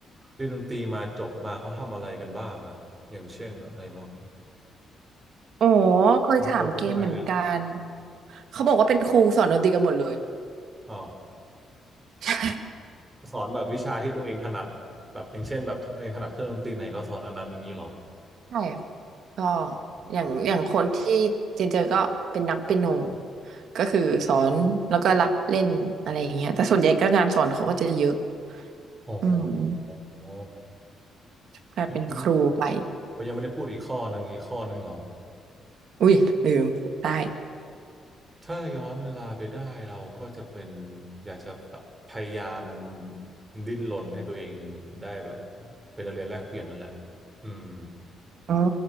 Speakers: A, on the right; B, on the right.
A: เรียนดนตรีมาจบมาเขาทำอะไรกันบ้างอะอย่างเช่นอะไรบ้าง
B: <laughs> โอ้เคยถามเกมเหมือนกัน
A: ผมใช่ไหมอะ
B: เขาบอกว่าเป็นครูสอนดนตรีกันหมดเลย
A: อ๋อ
B: <laughs> ใช่
A: สอนแบบวิชาที่ตัวเองถนัดแบบอย่างเช่นแบบตัวเองถนัดเครื่องดนตรีไหนก็สอนอันนั้นอย่างนี้เหรอ
B: ใช่ ก็
A: อ๋อ
B: อย่างอย่างคนที่เจนเจอก็เป็นนักเปียโนก็คือสอนแล้วก็รับเล่นอะไรอย่างเงี้ยแต่ส่วนใหญ่ก็งานสอนเขาก็จะเยอะ
A: อ๋อ
B: อืม
A: อ๋อ
B: กลายเป็นครูไป
A: เขายังไม่เขายังไม่ได้พูดอีกข้อหนึ่งอีกข้อหนึ่งเหรอ
B: อุ้ยลืมได้
A: ถ้าย้อนเวลาไปได้เราก็จะเป็นอยากจะแบบพยายามดิ้นรนให้ตัวเองได้แบบเป็นนักเรียนแลกเปลี่ยนนั่นแหละอืม
B: อ๋อ